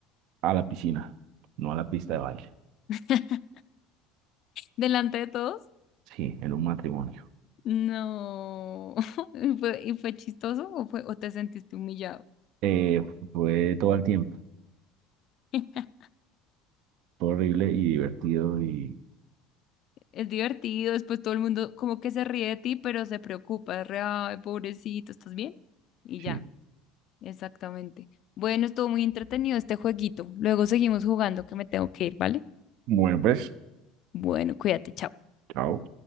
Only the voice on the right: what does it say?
a la piscina, no a la pista de baile,
sí, en un matrimonio.
Eh, fue todo el tiempo,
fue horrible y divertido y
sí.
Bueno, pues,
chao.